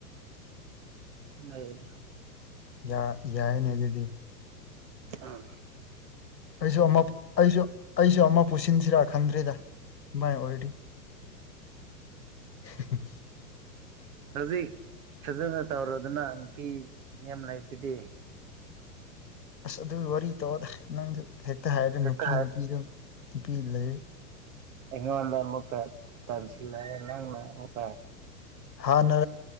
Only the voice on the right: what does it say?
ꯂꯩ
ꯑꯥ
ꯍꯧꯖꯤꯛ ꯐꯖꯅ ꯇꯧꯔꯣꯗꯅ ꯅꯨꯄꯤ ꯌꯥꯝ ꯂꯩꯇꯗꯤ
ꯍꯦꯛꯇ
ꯍꯥꯏ
ꯑꯩꯉꯣꯟꯗ ꯑꯃꯨꯛꯀ ꯇꯟꯁꯤꯜꯂꯛ ꯑꯦ ꯅꯪꯅ ꯃꯨꯛ